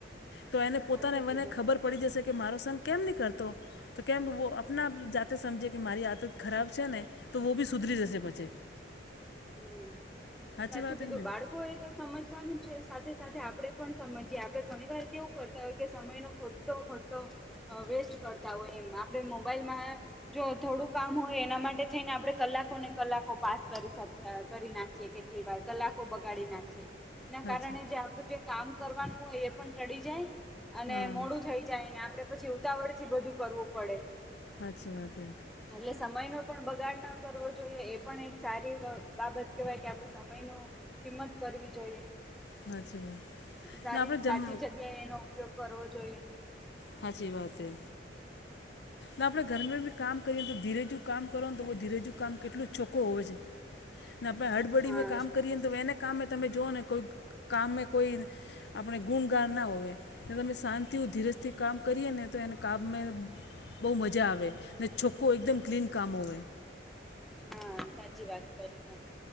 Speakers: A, on the left; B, in the centre.
A: તો એને પોતાને
B: સાચું
A: મને
B: કીધું
A: ખબર પડી જશે કે મારો સંગ કેમ નહી કરતો. તો કેમ આપના જાતે સમજે કે મારી આદત ખરાબ છે ને તો બી સુધરી જશે પછે.
B: હમ સાચું
A: સાચી વાત હે
B: કીધું
A: કે નહીં
B: બાળ. કોઈ એ તો સમજવાનું છે સાથે સાથે આપણેે પણ સમજીએ આપણે ઘણી વાર કેવું કરતા હોય કે સમય ન ખોટો. તો ખોટો વેસ્ટ કરતા હોય એમ આપણે મોબાઈલમાં. જો થોડું કામ હોય એના માટે થઈને આપડણે કલાકો ને કલાકો પાસ કરી શકી. કરી નાખીએ કેટલી વાર કલાકો બગાડી નાખીએ એના
A: સાચી
B: કારણે જે આપડું જે. કામ કરવાનું હોય એ પણ ટળિ જાય અને
A: હા
B: મોડું થઈ જાય અને આપડે. પછી ઉતાવળ થી બધું કરવું પડે.
A: સાાચી વાત હે.
B: એટલે સમયનો પણ બગાડ ના કરવો જોઈએ એ પણ એક સારી બાબત કેહેવાય કે આપડ સમયનો. કિંમત કરવી જોઈએ
A: સાચી વાત
B: સારી
A: ના આપણે
B: સાચી
A: જમ
B: જગ્યાએ એનો ઉપયોગ. કરવો જોઈએ.
A: સાાચી વાત એ. તો આપણે ઘર બી કામ કરીએ તો ધીરેજુ કામ કરો ને તો ધીરેજુ કામ કેટું જ ચોખ્ખું હોય છે. ને આપણે હળબડી
B: હા
A: મેં કામ કરીએને તો એને કામે તમે જઓ ને કોઈ કામે કોઈ. આપણે ગુણગાન ના હોય તમે શાંતિ ધીરજ. થી કામ કરીએ ને તો એને કામે. બઉુ મજા આવે ને છોખ્ખું એકદમ ક્લીન કામ હો.
B: હા સાચી વાત કરી તમે.